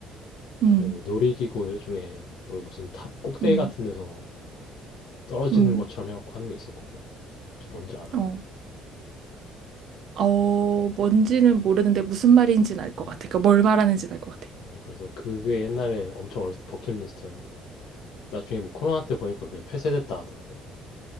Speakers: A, on the right; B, on the left.
A: 응,
B: 그 놀이기구 중에 여기 무슨 탑 꼭대기
A: 응,
B: 같은 데서 떨어지는
A: 응,
B: 것처럼 해갖고 하는 게 있었거든. 혹시 뭔지 알아?
A: 어. 어, 뭔지는 모르는데 무슨 말인지는 알 것
B: 응.
A: 같아. 그러니까 뭘 말하는지는 알 것 같아.
B: 어, 그래서 그게 옛날에 엄청 어렸을 때 버킷리스트였는데 나중에 뭐 코로나 때 보니까 그게 폐쇄됐다 하더라고.